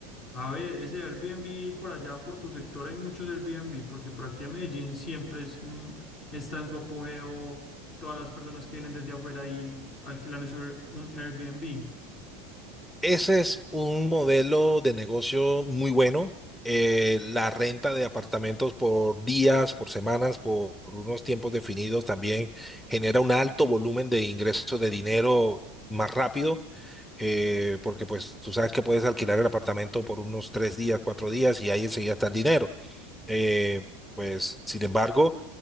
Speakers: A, on the left (about 50°); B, in the centre.
A: A ver, ese Airbnb por allá, por tu sector, hay muchos Airbnb, porque por aquí en Medellín siempre es, mm, está en su apogeo. Todas las personas que vienen desde afuera y alquilan es un un Airbnb.
B: Ese es un modelo de negocio muy bueno. Eh, la renta de apartamentos por días, por semanas, por, por unos tiempos definidos también genera un alto volumen de ingresos de dinero más rápido, eh, porque pues tú sabes que puedes alquilar el apartamento por unos tres días, cuatro días y ahí enseguida está el dinero. Eh, pues sin embargo...